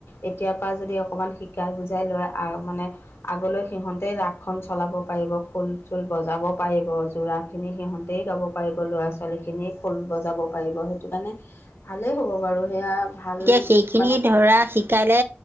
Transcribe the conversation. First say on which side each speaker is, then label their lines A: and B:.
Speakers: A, on the left; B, on the right.
A: এতিয়াৰ পৰা যদি অকণমান শিকাই বুজাই লয় আৰু মানে - আগলৈ সিহঁতে ৰাসখন চলাব পাৰিব খুল-চুল বজাব পাৰিব যোৰাখিনি সিহঁতেই গাব পাৰিব। ল'ৰা-ছোৱালীখিনিয়ে খোল বজাব পাৰিব সেইটো কাৰণে ভালেই হ'ব বাৰু। সেয়া ভাল
B: তেতিয়া সেইখিনি
A: মানে
B: ধৰা শিকালে